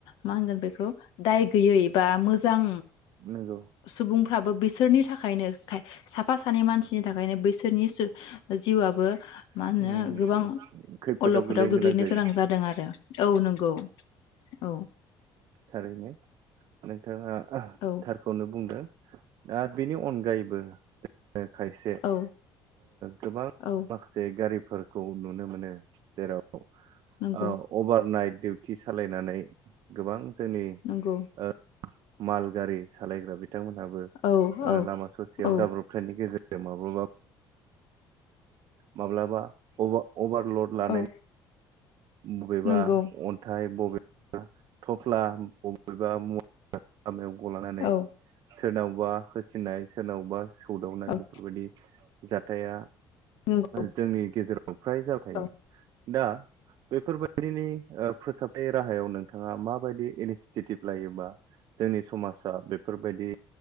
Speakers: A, on the left; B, on the right.
A: मा होनगोन बेखौ दाय गैयै बा मोजां।
B: नंगौ
A: सुबुंफ्राबो बिसोरनि थाखायनो, साफा सानै मानसिनि थाखायनो बैसोरनि जिउआआबो, मा
B: खैफोदाव
A: होनो? गोबां अलखदाव
B: गोलैनो
A: गोग्लैनो
B: जायो
A: गोनां जादों आरो औ नंगौ औ।
B: थारैनो नोंथाङा।
A: औ
B: थारखौनो बुंदों। दा बेनि अनगायैबो जोङो ओ खायसे
A: औ
B: गोबां
A: औ
B: माखासे गारि। फोरखौ नुनो मोनो जेराव।
A: नंगौ
B: औ अभार नाइटउ। थि सालायनानै गोबां। जोंनि‌
A: नंगौ
B: ओ। माल गारि। सालायग्रा बि बिथांमोनहाबो ओ
A: औ औ
B: लामा ससेयाव
A: औ
B: जाब्रबथायनि गेजेर <unintelligible> माबाबा। माब्लाबा अबा अभारल'ड लानाय
A: औ
B: बबेबा
A: नंगौ
B: अन्थाइ बबे थफ्ला बबेबा मु <unintelligible> लामायाव गलानानै
A: औ
B: सोरनावबा होसिननाय सोरनावबा सौदावनाय
A: औ
B: बेफोरबायदि। जाथाइया
A: नंगौ
B: जोंनि गेजेराव ओमफ्राय जाबाय थायो
A: औ
B: दा बेफोरबायदिनि ओ फोसाबथाय राहायाव नोंथाङा माबायदि इनिसिटेटिभ लायोबा जोंनि समाजा बेफोरबायदि